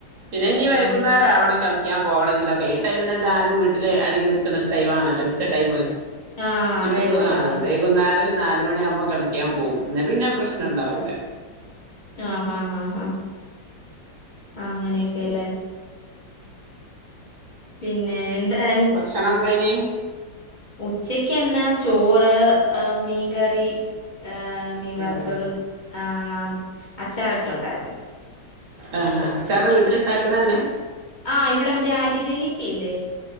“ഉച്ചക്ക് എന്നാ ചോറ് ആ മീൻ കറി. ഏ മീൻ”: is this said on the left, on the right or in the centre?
Left